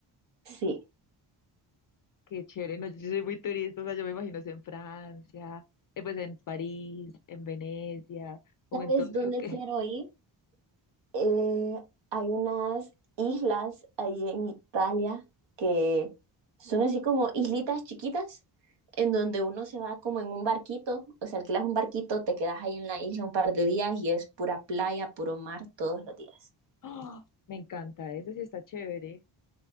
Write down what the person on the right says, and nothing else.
sí.
¿Sabes
dónde
quiero ir? Eh, hay unas islas ahí en Italia que son así como islitas chiquitas en donde uno se va como en un barquito, o sea, alquilas un barquito, te quedas ahí en la isla un par de días y es pura playa, puro mar todos los días.